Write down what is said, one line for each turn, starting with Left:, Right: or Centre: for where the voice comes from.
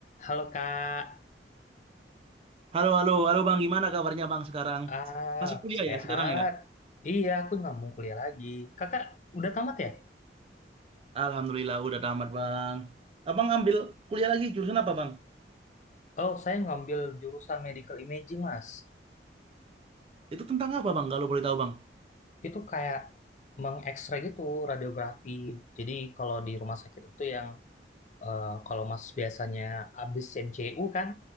Left: Halo Kak,
Right: Halo, halo, halo Bang, gimana kabarnya Bang sekarang?
Left: ah
Right: Masih kuliah
Left: sehat?
Right: ya sekarang ya?
Left: Iya, aku ngambung kuliah lagi. Kakak udah tamat ya?
Right: Alhamdulillah udah tamat Bang. Abang ambil kuliah lagi jurusan apa Bang?
Left: Oh, saya ngambil jurusan medical imaging, Mas.
Right: Itu tentang apa Bang kalau boleh tahu Bang?
Left: Itu kayak mengekstrak gitu radiografi. Jadi kalau di rumah sakit itu yang eh, kalau Mas biasanya abis M C U kan,